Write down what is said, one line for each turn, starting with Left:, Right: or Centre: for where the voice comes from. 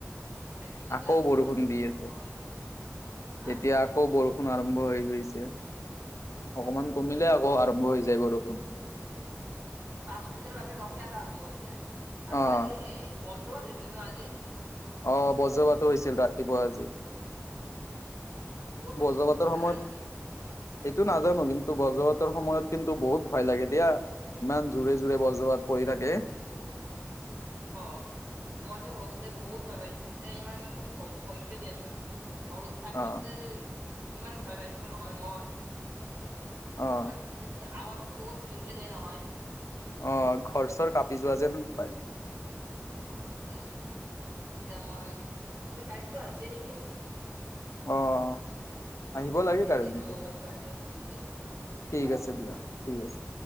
Right: অপেন ফিল্ড এটা
Left: আকৌ
Right: আছে
Left: বৰষুণ
Right: আমাৰ
Left: দি আছে,
Right: ঘৰৰ ওচৰত হা
Left: এতিয়া আকৌ বৰষুণ আৰম্ভ হৈ গৈছে।
Right: হয়তো
Left: অকমান কমিলে
Right: হৈ গৈছে
Left: আকৌ
Right: আৰু
Left: আৰম্ভ হৈ যায় বৰষুণ।
Right: পাঁচ মিনিটৰ বাবে ৰ'খে আৰু আৰম্ভ হৈ যায়, আৰু
Left: অ',
Right: আজি এই বজ্ৰপাট দিছিল ন' আজি?
Left: অঁ, বজ্ৰপাটো হৈছিল ৰাতিপুৱা আজি।
Right: ক'ত হৈছিলো
Left: বজ্ৰপাটৰ
Right: তুমি জানা
Left: সময়ত।
Right: নেকি?
Left: এইটো নাজানো, কিন্তু বজ্ৰপাটৰ সময়ত কিন্তু বহুত ভয় লাগে দিয়া। ইমান জোৰে জোৰে বজ্ৰপাট পৰি থাকে।
Right: অ', মইতো সৰুতে বহুত ভয় পাইছিলো, এতিয়া ইমান ভয়টো কমিছে দিয়াচোন। সৰুত থাকোতে
Left: অ',
Right: ইমান ভয় পাইছিলো নহয় মই। ইমান
Left: অ',
Right: ইতকে আৱাজটো বহুত জোৰকে দিয়ে নহয়।
Left: অ', ঘৰ-চৰ কাপি যোৱা যেন পায়।
Right: অ', দিয়াচোন এতিয়া মই এতিয়া কাৰেণ্টটো আহিছে নেকি?
Left: অ', অ'। আহিব লাগে
Right: দিয়া
Left: কাৰেণ্টটো,
Right: ঠিক আছে মই মোবাইলটো চাৰ্জত দিওঁ দিয়া আছে
Left: ঠিক
Right: বাই।
Left: আছে দিয়ক ঠিক আছে।